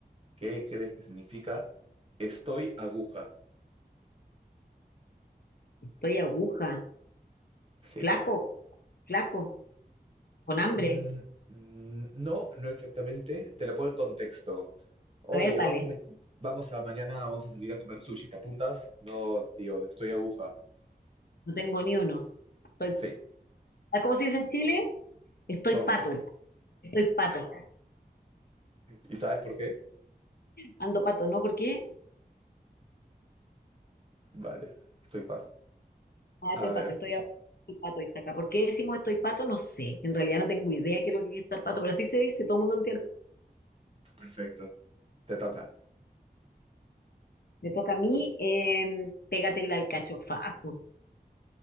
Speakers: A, on the right (about 35°); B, on the left (about 70°).
A: ¿Qué crees que significa? Estoy aguja.
B: Estoy aguja,
A: Sí.
B: flaco, flaco, con hambre.
A: Mm, mm, no, no exactamente. Te lo pongo en contexto. Oye,
B: A ver, dale,
A: vamos, ma- vamos a mañana, vamos a salir a comer sushi. ¿Te apuntas? No, tío, estoy aguja.
B: no tengo ni uno. Estoy,
A: Sí.
B: ¿cómo se dice en Chile? Estoy
A: ¿Cómo?
B: pato, estoy pato.
A: ¿Y sabes por qué?
B: Ando pato, ¿no? ¿Por qué?
A: Vale, estoy paz.
B: Ah, estoy
A: A
B: pato,
A: ver,
B: estoy ahogado, estoy pato, Isaca. ¿Por qué decimos estoy pato? No sé. En realidad no tengo idea qué es lo que es estar pato, pero así se dice, todo el mundo entiende.
A: perfecto. Te toca.
B: Me toca a mí, eh, pégate el alcachofazo.